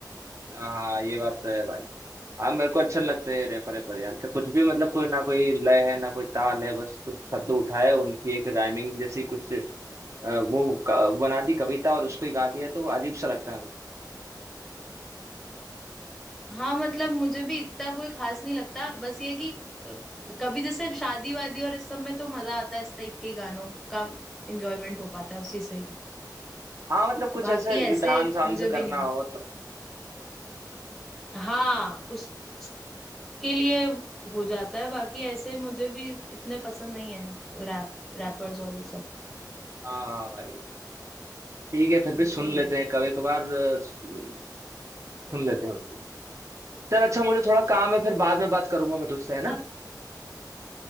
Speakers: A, on the right; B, in the centre.
A: हाँ ये बात तो है भाई हाँ मेरे को अच्छे लगते हैं रैपर रैपर यार कि कुछ भी मतलब कोई ना कोई लय है ना कोई ताल है बस कुछ शब्द उठाए उनकी एक राइमिंग जैसी कुछ अ, वो क- बना दी कविता और उसको ही गा दिया तो वो अजीब सा लगता है मेरे
B: हाँ मतलब मुझे भी इतना कोई खास नहीं लगता बस ये है कि अ, कभी जैसे शादी वादी और इस सब में तो मजा आता है इस टाइप के गानों का एंजॉयमेंट हो पाता है उसी से ही
A: को। हाँ मतलब कुछ
B: बाकी
A: ऐसे
B: ऐसे
A: डांस वांस
B: मुझे भी
A: करना
B: नहीं
A: हो तो
B: हाँ उसके लिए हो जाता है बाकी ऐसे मुझे भी इतने पसंद नहीं है रैप रैपर्स और ये सब
A: हाँ भाई ठीक है फिर भी
B: ये
A: सुन
B: तो
A: लेते
B: है
A: हैं कभी कभार अ, सुन सुन लेते हैं उनको चल अच्छा मुझे थोड़ा काम है फिर बाद में बात करूंगा मैं तुझसे है ना
B: हाँ